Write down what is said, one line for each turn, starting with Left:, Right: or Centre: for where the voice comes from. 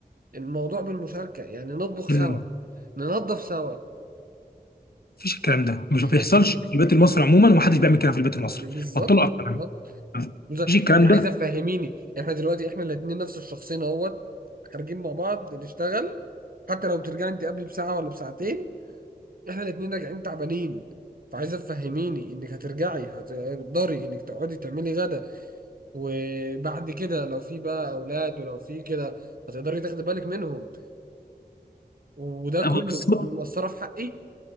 Right: الموضوع بالمشاركه يعني نطبخ سوا
Left: مم.
Right: ننظف سوا
Left: مفيش الكلام ده مش
Right: <laughs>
Left: بيحصلش في البيت المصري عموما ومحدش بيعمل كده في البيت المصري
Right: بالظبط
Left: بطلوا اقف كمان
Right: بالظبط بص،
Left: مفيش الكلام
Right: انت عايزه
Left: ده
Right: تفهميني احنا دلوقتي احنا الاثنين نفس الشخصين اهوت خارجين مع بعض نشتغل حتى لو بترجعي انت قبلي بساعه ولا بساعتين احنا الاثنين راجعين تعبانين فعايزه تفهميني انك هترجعي هتقدري انك تقعدي تعملي غدا وبعد كده لو في بقى اولاد ولو في كده هتقدري تاخدي بالك منهم وده كله
Left: أبقى بالظبط
Right: مأثره في حقي